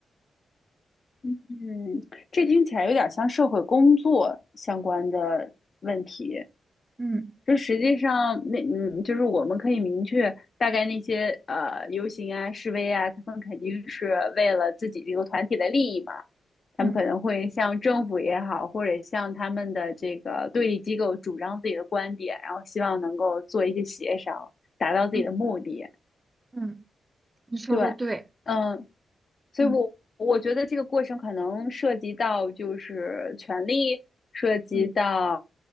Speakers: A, on the left (about 50°); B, on the right (about 20°).
A: 嗯，这听起来有点像社会工作相关的问题。
B: 嗯
A: 就实际上，那嗯，就是我们可以明确大概那些呃游行啊、示威啊，他们肯定是为了自己这个团体的利益嘛。他们可能会向政府也好，
B: 嗯
A: 或者向他们的这个对立机构主张自己的观点，然后希望能够做一些协商，达到自己的目的。
B: 嗯嗯，你说的对，
A: 对，嗯，所以我我觉得这个过程可能涉及到就是权利，
B: 嗯
A: 涉及到
B: 嗯